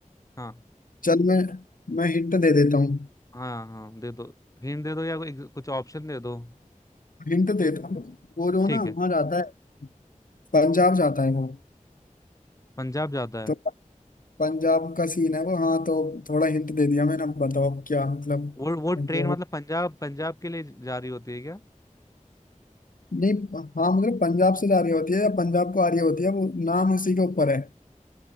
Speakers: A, on the left (about 25°); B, on the left (about 85°).
A: हाँ।
B: चल मैं मैं हिंट दे देता हूँ
A: हाँ हाँ दे दो हिंट दे दो या कोई- कुछ ऑप्शन दे दो
B: हिंट देता हूँ वो जो
A: ठीक
B: ना वहाँ
A: है
B: जाता है पंजाब जाता है वो
A: पंजाब जाता
B: तो
A: है
B: प- पंजाब का सीन है वो हाँ तो थोड़ा हिंट दे दिया मैंने अब बताओ अब क्या मतलब
A: वो वो ट्रेन
B: वो
A: मतलब पंजाब पंजाब के लिए जा रही होती है क्या
B: नहीं हाँ मतलब पंजाब से जा रही होती है या पंजाब को आ रही होती है वो नाम उसी के ऊपर है